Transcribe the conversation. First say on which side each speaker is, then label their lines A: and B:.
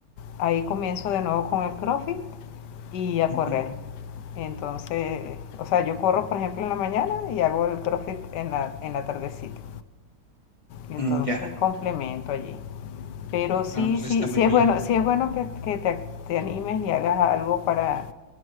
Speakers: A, on the left; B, on the left.
A: ahí comienzo de nuevo con el CrossFit y a
B: ujú,
A: correr. Entonces, o sea, yo corro, por ejemplo, en la mañana y hago el CrossFit en la, en la tardecita. Entonces,
B: mm, ya.
A: complemento allí. Pero sí,
B: Ah, pues
A: sí,
B: está
A: sí
B: muy
A: es
B: bien.
A: bueno, sí es bueno que, que te, te animes y hagas algo para,